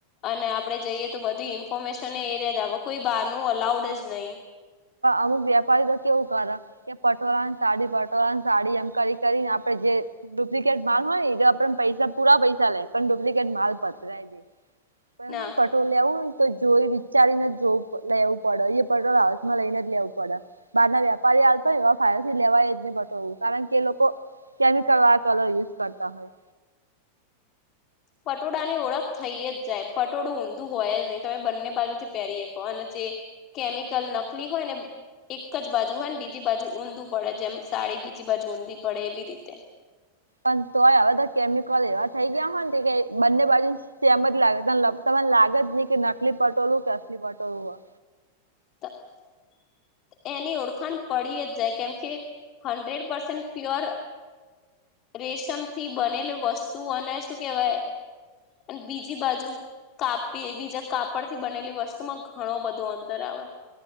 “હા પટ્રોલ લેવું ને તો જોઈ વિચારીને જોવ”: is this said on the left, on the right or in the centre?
Right